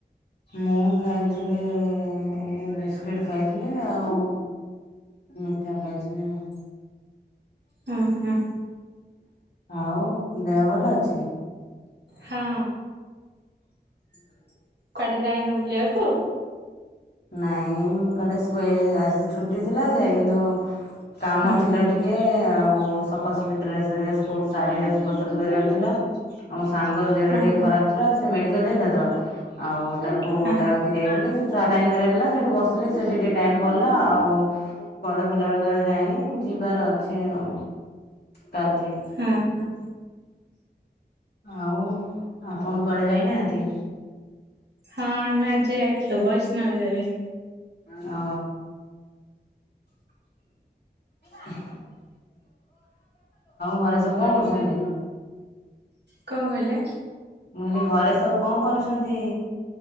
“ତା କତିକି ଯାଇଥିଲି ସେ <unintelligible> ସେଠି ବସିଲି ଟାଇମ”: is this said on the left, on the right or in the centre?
Left